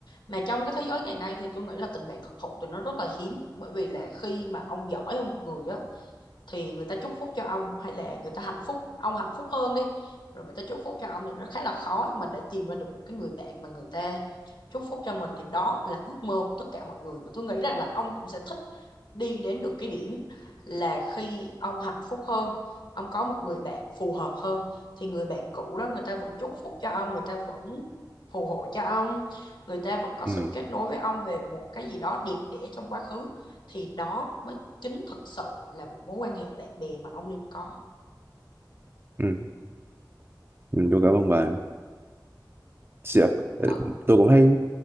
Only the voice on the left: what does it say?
mà trong cái thế giới ngày nay thì tôi nghĩ là tình bạn thực thụ thì nó rất là hiếm bởi vì là khi mà ông giỏi ông người á thì người ta chúc phúc cho ông hay là người ta hạnh phúc ông hạnh phúc hơn đi rồi người ta chúc phúc cho ông thì nó khá là khó nhưng mà để tìm ra được một cái người bạn mà người ta chúc phúc cho mình thì đó là ước mơ của tất cả mọi người và tôi nghĩ rằng là ông cũng sẽ thích đi đến được cái điểm là khi ông hạnh phúc hơn ông có một người bạn phù hợp hơn thì người bạn cũ đó người ta vẫn chúc phúc cho ông người ta vẫn phù hộ cho ông người ta vẫn có sự
kết nối với ông về một cái gì đó đẹp đẽ trong quá khứ thì đó mới chính thực sự là một mối quan hệ bạn bè mà ông nên có
Ờ,